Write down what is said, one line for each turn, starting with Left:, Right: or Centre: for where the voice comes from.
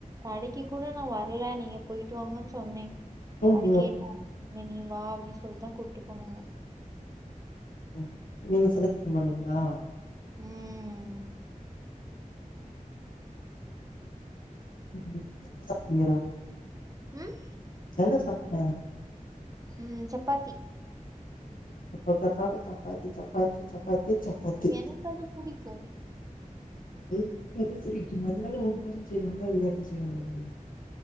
Right: கடைக்கு கூட நா வர்ல நீங்க போயிட்டு வாங்கன் சொன்னே யாரு
Left: ம்
Right: கேட்டா இல்ல நீ வா அப்டின் சொல்தா கூட்டு போனாங்க
Left: ம் நீங்க செலக்ஷ்ன் பண்ணீங்ளா
Right: ம்
Left: ம் என்ன சாப்டிங்க
Right: ம்
Left: என்ன சாப்ட
Right: ம் சப்பாத்தி
Left: எப்ப பாத்தாலு சப்பாத்தி சப்பாத்தி சப்பாத்தி சப்பாத்தி
Right: எனக்கு அது புடிக்கும்
Left: எதுக்கு உனக்கு புடிக்கும் அதனால உனக்கோசோ செய்வாங்களா எல்லார்க்கு செய்வாங்களா